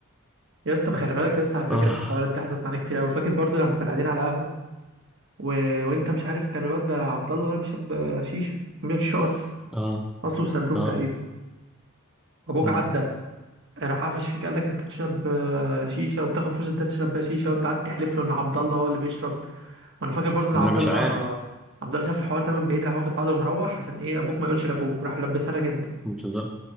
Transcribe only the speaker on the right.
يا اسطى خلي بالك يا اسطى على فكره
الحوارات دي حصلت معانا كتير قوي فاكر برضو لما كنا قاعدين على قهوه و... وانت مش عارف كان الواد ده عبد الله هو اللي بيشرب آه، شيشه كان بيشرب شيشه قص
قص وسلوم
تقريبا ابوك
عدى راح قفش فيك قال لك انت بتشرب آه، شيشه وبتاخد فلوس الدرس تشرب بيها شيشه وانت قعدت تحلف له ان عبد الله هو اللي بيشرب وانا فاكر برضو ان
عبد
الله
عبد الله شاف الحوار ده من بعيد راح واخد بعضه ومروح عشان ايه ابوك ما يقولش لابوك راح لبسها لك انت